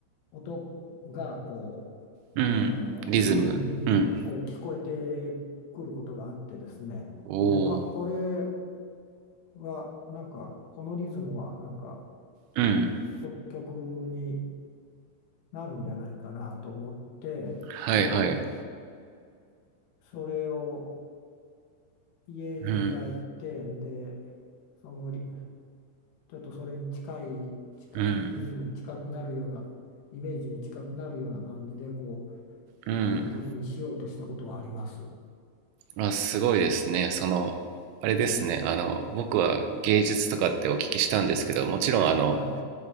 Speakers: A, on the left; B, on the right.
A: う音がこうあのリズムにこう聞こえて
B: うん、リズム、うん、
A: くることがあってですねであこれ
B: おー、
A: はなんかこのリズムはなんか
B: うん、
A: 曲、曲になるんじゃないかなと思ってで
B: はい、はい、
A: それを家に帰って、
B: うん、
A: で、そのリちょっとそれに近い、近く、
B: うん、
A: リズムに近くなるような、イメージに近くなるような感じで、こ
B: うん。
A: う、あの曲にしようとしたことはあります。
B: あ、すごいですね。その、あれですね、あの、僕は芸術とかってお聞きしたんですけど、もちろん、あの、
A: は